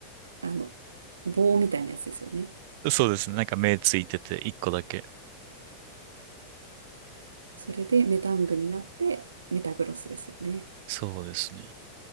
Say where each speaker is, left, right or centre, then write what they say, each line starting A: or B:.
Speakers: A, on the right; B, on the right.
A: あの、棒みたいなやつですよね。
B: そうですね。なんか目ついてて、一個だけ。
A: それでメタングになってメタグロスですよね。
B: そうですね。